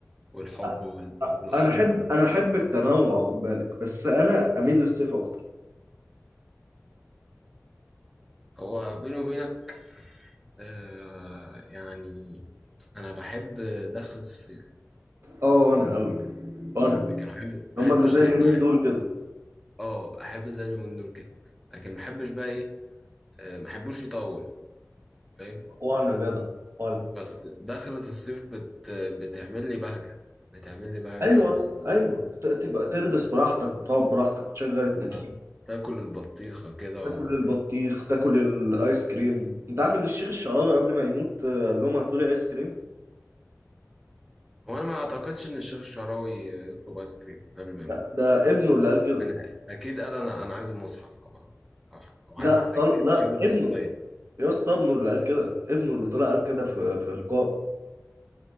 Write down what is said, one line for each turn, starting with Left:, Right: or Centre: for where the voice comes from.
Centre: والحب
Right: أ-
Centre: وال- والحضن
Right: انا احب انا احب التنوع خد بالك بس انا اميل للصيف اكتر
Centre: هو بيني وبينك آه يعني انا بحب دخلة الصيف
Right: اه انا قوي انا
Centre: لكن ما بحب- ما بحبش
Right: هما اللي زي
Centre: ع-
Right: اليومين
Centre: ع-
Right: دول كده
Centre: اه احب زي اليومين دول كده لكن ما بحبش بقى ايه آه، ما بحبوش يطول فاهم
Right: وانا جدع وانا
Centre: بس دخلة الصيف بت بتعمل لي بهجة بتعمل لي بهجة
Right: ايوه يا اسطى ايوه ت- تبقى تلبس براحتك وتقعد براحتك وتشغل التكييف
Centre: ما تاكل البطيخة كده
Right: تاكل
Centre: و...
Right: البطيخ تاكل الايس كريم انت عارف ان الشيخ الشعراوي قبل ما يموت آه، قال لهم هاتولي ايس كريم
Centre: هو انا ما اعتقدش ان الشيخ الشعراوي يطلب ايس كريم قبل ما يموت
Right: لا، ده ابنه اللي قال كده
Centre: انا اكيد قال انا انا عايز المصحف او او أو
Right: لا
Centre: عايز السجاد
Right: طل... لا
Centre: عايز المصلية
Right: ابنه يا اسطى ابنه اللي قال كده ابنه اللي طلع قال كده في في لقاء